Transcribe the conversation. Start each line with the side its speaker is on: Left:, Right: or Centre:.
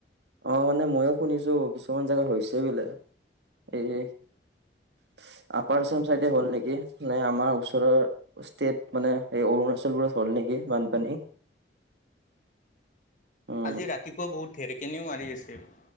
Right: অ মানে ময়ো শুনিছো কিছুমান জেগাত হৈছে বোলে এই <unintelligible> আপাৰ আচাম চাইডে হ'ল নিকি নে আমাৰ ওচৰৰ ষ্টেট মানে এই অৰুণাচলবোৰত হ'ল নিকি বানপানী উম
Left: আজি ৰাতিপুৱা বহুত ঢেৰকিনিও মাৰি আছিল